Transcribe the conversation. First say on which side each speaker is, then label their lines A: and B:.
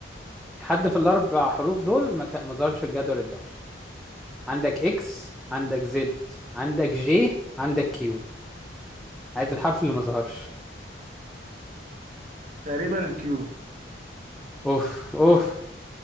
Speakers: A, in the centre; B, on the right.
A: في حد في الاربع حروف دول ما كان- ما ظهرش في الجدول الدوري عندك اكس عندك زد عندك جي عندك كيو عايز الحرف اللي ما ظهرش
B: تقريبا الكيو <laughs>
A: اوف اوف